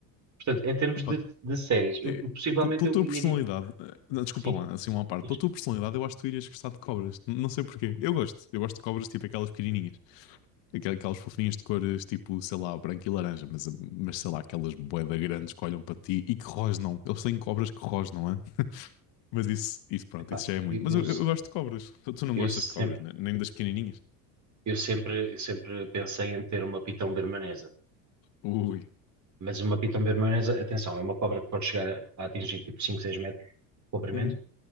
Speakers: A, on the right; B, on the left.
A: Portanto, em termos de,
B: Pá,
A: de séries, eu,
B: é,
A: eu possivelmente
B: pel- pela
A: eu
B: tua
A: iria.
B: personalidade, eh, não, desculpa
A: Sim,
B: lá, assim uma parte,
A: diz.
B: pela tua personalidade, eu acho que tu irias gostar de cobras. N- Não sei porquê. Eu gosto. Eu gosto de cobras, tipo aquelas pequenininhas. Aquel- Aquelas fofinhas de cores, tipo, sei lá, branco e laranja, mas, mas sei lá, aquelas bué da grandes que olham para ti e que rosnam. Eles têm cobras que rosnam, Mas isso, isso, pronto,
A: Epá,
B: isso já é muito.
A: eu,
B: Mas
A: eu,
B: eu, eu gosto de cobras. Tu, tu não
A: eu
B: gostas
A: sempre,
B: de cobras, né? nem das pequenininhas?
A: eu sempre, eu sempre pensei em ter uma pitão bermanesa.
B: Ui.
A: Mas uma piton bermanesa, atenção, é uma cobra que pode chegar a, a atingir tipo 5 6 metros de comprimento,
B: Uhum,